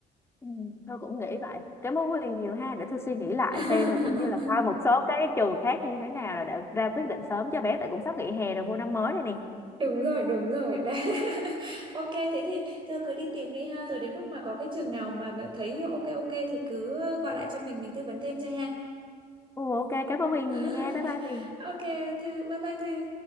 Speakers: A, on the left (about 15°); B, on the right (about 30°).
A: ừ tôi cũng nghĩ vậy cảm ơn Huyền nhiều ha để tôi suy nghĩ lại
B: <laughs>
A: xem rồi cũng như là coi một số cái trường khác như thế nào rồi để ra quyết định sớm cho bé tại cũng sắp nghỉ hè rồi vô năm mới rồi nè
B: đúng rồi đúng rồi đấy <laughs> ok thế thì thưa cứ đi tìm đi ha rồi đến lúc mà có cái trường nào mà mà thấy ok ok thì cứ gọi lại cho mình mình tư vấn thêm cho ha
A: Ồ, ok cảm ơn Huyền
B: <laughs>
A: nhiều nha bye bye Huyền
B: ok thư bye bye thư